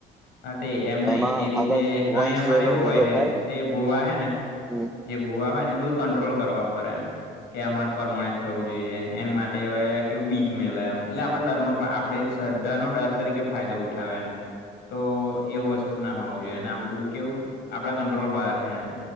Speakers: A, on the left; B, in the centre.
A: હા તે એમ નય
B: એમાં
A: એ રીતે
B: આગળ વંશ
A: અહી અમારે
B: વેલો
A: એવું હોય
B: ભેગો
A: હે
B: થાય ને
A: જે ભૂવા હોય ને
B: હમ
A: જે ભૂવા હોય ને એ બધું કંટ્રોલ કરવા ફરે એમ. કે અમારે પરમાણે થવું જોઈએ એન માટે કેવું બીક મેલે એમ એટલે આપડા ડરનો આપણેે શ્રદ્ધાનો ડર તરીકે ફાયદો ઉઠાવે એમ. તો એ વસ્તુ ના હોવું જોઈએ. અને આ બધું કેવું આપડા કંટ્રોલ બહાર હે એમ.